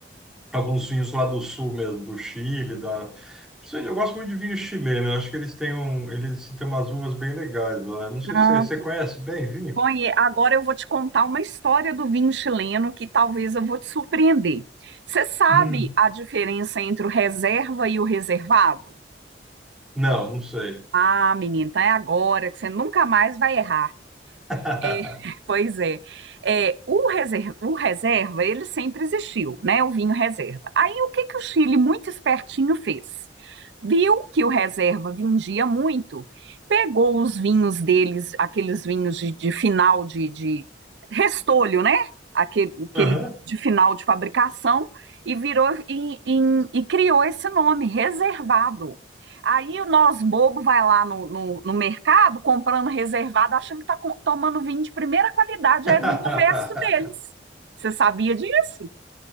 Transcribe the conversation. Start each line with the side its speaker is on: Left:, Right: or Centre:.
Centre: alguns vinhos lá do sul mesmo, do Chile, da Principalmente, Eu gosto muito de vinho chileno, eu acho que eles têm um, eles têm umas uvas bem legais lá. Não sei
Right: Ah,
Centre: se você você conhece bem vinho?
Right: Conhe- agora eu vou te contar uma história do vinho chileno que talvez eu vou te surpreender. Você sabe
Centre: Hum.
Right: a diferença entre o reserva e o reservado?
Centre: Não, não sei.
Right: Ah, menina, então é agora que você nunca mais vai errar.
Centre: <laughs>
Right: É, <laughs> pois é. É, o reserva, o reserva, ele sempre existiu, né? O vinho reserva. Aí, o que que o Chile, muito espertinho, fez? viu que o reserva vendia muito, pegou os vinhos deles, aqueles vinhos de, de final de, de restolho, né? Aquele, aquele
Centre: Aham.
Right: de final de fabricação e virou e, e- e criou esse nome, reservado. Aí o nós bobo vai lá no, no, no mercado comprando reservado, achando que está tomando vinho de primeira qualidade,
Centre: <laughs>
Right: é vinho resto deles. Você sabia disso?